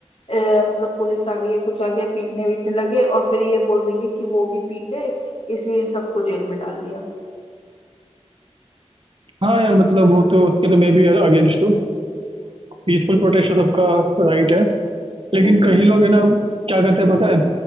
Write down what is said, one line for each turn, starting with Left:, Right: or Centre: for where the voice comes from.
Left: अ, मतलब पुलिस आ गई है कुछ आ गया पीटने वीटने लगे और फिर ये बोल देंगे कि वो भी पीटे इसलिए इन सबको जेल में डाल दिया
Right: हाँ यार मतलब वो तो उसके तो मैं भी अगेंस्ट हूँ पीसफुल प्रोटेस्ट तो सबका राइट है लेकिन
Left: हम्म
Right: कई लोग है ना क्या करते हैं पता है